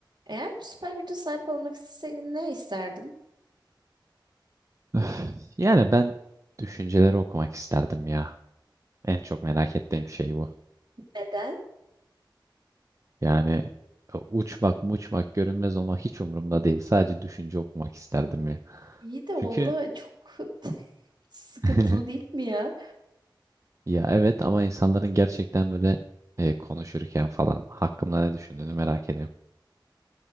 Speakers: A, on the right (about 60°); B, on the right (about 40°).
A: Eğer bir süper güce sahip olmak isteseydin ne isterdin?
B: Öf, Yani ben düşünceleri okumak isterdim ya. En çok merak ettiğim şey bu.
A: Neden?
B: Yani e, uçmak, muçmak, görünmez olmak hiç umurumda değil. Sadece düşünce okumak isterdim ya.
A: İyi de
B: Çünkü
A: o da çok <laughs> sıkıntılı
B: <laughs>
A: değil mi ya?
B: ya evet ama insanların gerçekten böyle e, konuşurken falan hakkımda ne düşündüğünü merak ediyorum.